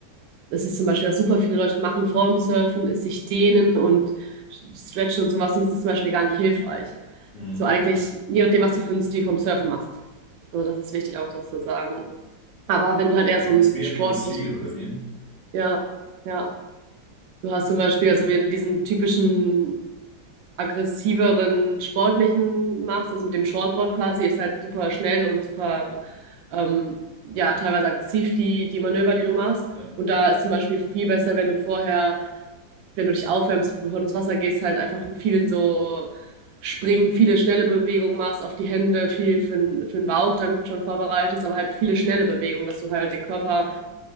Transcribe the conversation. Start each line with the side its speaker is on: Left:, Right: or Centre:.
Right: Das ist zum Beispiel, was super viele Leute machen vorm Surfen, ist sich dehnen und stretchen und sowas. Und das ist zum Beispiel gar nicht hilfreich.
Left: Hm.
Right: So eigentlich, je nachdem, was du für einen Stil vom Surfen machst. Also das ist wichtig auch dazu zu sagen. Aber wenn du halt eher
Left: Da
Right: so
Left: gibt's
Right: einen
Left: da mehrere
Right: sportlichen,
Left: Stile, oder wie?
Right: ja, ja. Du hast zum Beispiel, also wenn du diesen typischen aggressiveren sportlichen machst, also mit dem Shortboard quasi, ist halt super schnell und super, ähm, ja, teilweise aggressiv die, die Manöver, die du machst.
Left: Ja.
Right: Und da ist zum Beispiel viel besser, wenn du vorher wenn du dich aufwärmst, bevor du ins Wasser gehst, halt einfach viel so springen, viele schnelle Bewegungen machst, auf die Hände, viel für, den- für den Bauch dann schon vorbereitest, aber halt viele schnelle Bewegungen, dass du halt den Körper